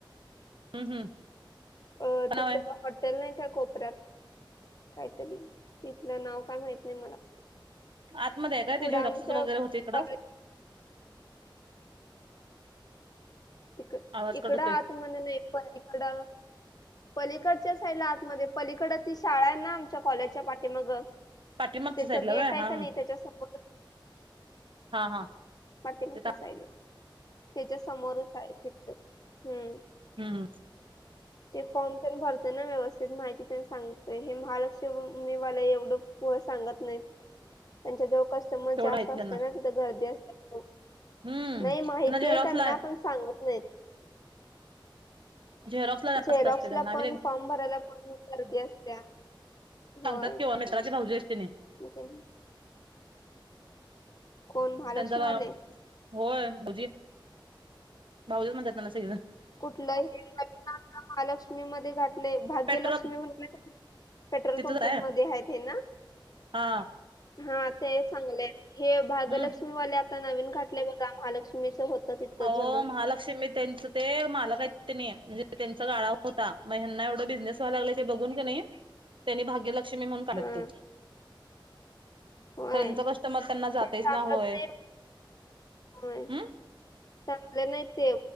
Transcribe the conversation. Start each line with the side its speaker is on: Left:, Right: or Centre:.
Right: हम्म हम्म
Left: हो चितित
Right: काय नाव आहे
Left: हॉटेल नाही त्या कोपऱ्यात काहीतरी तिथलं नाव काय माहित नाही मला
Right: आतमध्ये आहे काय
Left: पुढं
Right: ते झेरॉक्स
Left: आमच्या
Right: वगैरे होते इकडं
Left: कॉलेज इक
Right: आवाज
Left: इकड
Right: कट होतोय
Left: आत मध्ये नाही इकड पलीकडच्या साईड लाआतमध्ये पलीकड ती शाळा आहे ना आमच्या कॉलेजच्या पाठी मगं
Right: पाठीमागच्या
Left: त्याच
Right: साईडला
Left: गेट
Right: व्हय
Left: आहे
Right: हा
Left: का नाही त्याच्या समोर
Right: हा हा
Left: पाठीमागचा
Right: तिथं
Left: साईड ला त्याच्या समोरच आहे तिथ हम्
Right: हम्म
Left: ते फॉर्म प भरतोय ना व्यवस्थित माहिती त्यां सांगतय हे महालक्षमी मला एवढं नाही त्यां कस्टमर
Right: तेवढं
Left: जास्त
Right: आहेत
Left: असतय
Right: त्यांना
Left: न तिथ गर्दी असते
Right: हम्म
Left: नाही माहिती
Right: त्यांना झेरॉक्सला
Left: आहे त्यांना पण सांगत नाही
Right: झेरॉक्सला जास्त
Left: झेरॉक्स
Right: असते त्यांना
Left: ला
Right: आम्ही
Left: पण फॉर्म भरायला पण गर्दी असत्या होय
Right: सांगतात केव्हा मित्राचे नवजे असतेने
Left: मग ते कोण महालक्ष्मीवाले
Right: त्यांचाला होय म्हजी भाऊजी म्हणतातना सगं
Left: कुठ महालक्ष्मी म घ नाही भाग्यलक्ष्मी
Right: पेट्रोल
Left: म्हणाला पेट्रोल
Right: तिथंच
Left: पंप
Right: आहे
Left: मध्ये आहेत हे ना
Right: हा
Left: हा ते चांगलंय हे भाग्यलक्ष्मीवाले
Right: हम्म
Left: आता नवीन घाठले बघा महालक्ष्मीचं होतं तिथं
Right: अवो
Left: जुनं
Right: महालक्ष्मी तेनसते महालक्ष म्हणजे त्यांचा गाळा होता मग हना एवढं बिझनेस व्हायला लागला ते बघून की नाही त्यांनी भाग्यलक्ष्मी म्हणून काढतते
Left: हा होय
Right: खर कस्टमर त्यांना जातच
Left: ते सांगत
Right: ना होय
Left: नाही होय चांगले
Right: हम्
Left: नाही ते